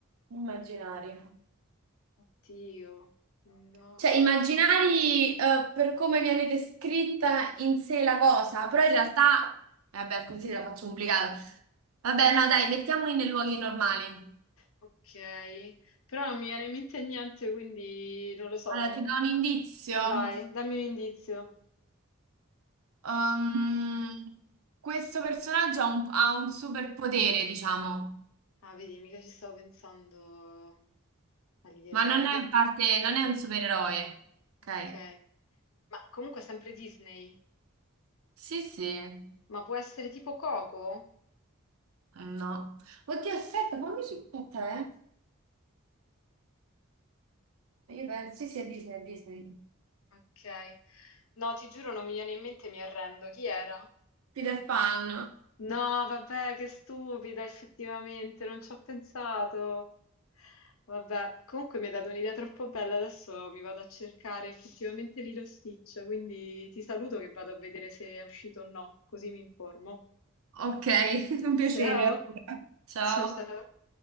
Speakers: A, on the right (about 80°); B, on the left (about 70°).
A: Immaginari.
B: Oddio. no,
A: Cioè, immaginari, eh, per come viene descritta in sé la cosa, però in realtà, eh, vabbè, così la faccio complicata. Vabbè, no, dai, mettiamoli nei luoghi normali.
B: Ok. Però non mi viene in mente niente, quindi non lo so.
A: Allora, ti do un indizio.
B: Vai, dammi un indizio.
A: Ehm, questo personaggio ha un, ha un superpotere, diciamo,
B: Ah, vedi, mica ci stavo pensando. Agli dei
A: ma
B: Roy.
A: non
B: Eh,
A: è parte, non è un supereroe. Ok?
B: ok. Ma comunque sempre Disney.
A: Sì, sì.
B: Ma può essere tipo Coco?
A: No. Oddio, aspetta, fammi su aspetta, eh. Io penso, sì, sì, è Disney, è Disney.
B: Ok. No, ti giuro, non mi viene in mente, mi arrendo. Chi era?
A: Peter Pan.
B: No, vabbè, che stupida, effettivamente, non ci ho pensato. Vabbè, comunque mi hai dato un'idea troppo bella, adesso mi vado a cercare effettivamente Lilo Stitch, quindi ti saluto che vado a vedere se è uscito o no, così mi informo.
A: Ok, <laughs> un piacere
B: Ciao,
A: allora. Ciao.
B: ciao ciao.